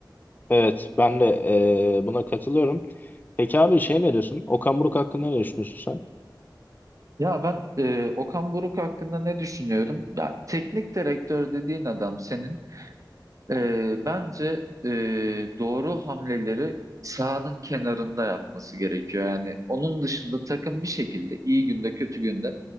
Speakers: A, on the left (about 25°); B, on the right (about 45°).
A: Evet, ben de e, buna katılıyorum. Peki abi şey ne diyorsun? Okan Buruk hakkında ne düşünüyorsun sen?
B: Ya ben e, Okan Buruk hakkında ne düşünüyorum? Ya teknik direktör dediğin adam senin e, bence e, doğru hamleleri sahanın kenarında yapması gerekiyor. Yani onun dışında takım bir şekilde iyi günde kötü günde